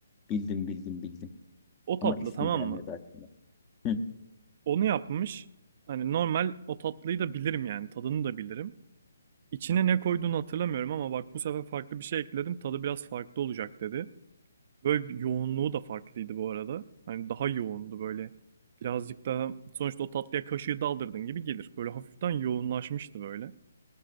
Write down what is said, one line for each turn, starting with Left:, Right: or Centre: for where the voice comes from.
Left: Bildim bildim bildim.
Right: O tatlı
Left: Ama ismi
Right: tamam
Left: gelmedi
Right: mı?
Left: aklıma. Hı
Right: Onu yapmış. Hani normal o tatlıyı da bilirim yani. Tadını da bilirim. İçine ne koyduğunu hatırlamıyorum ama bak bu sefer farklı bir şey ekledim. Tadı biraz farklı olacak dedi. Böyle bir yoğunluğu da farklıydı bu arada. Hani daha yoğundu böyle. Birazcık daha sonuçta o tatlıya kaşığı daldırdın gibi gelir. Böyle hafiften yoğunlaşmıştı böyle.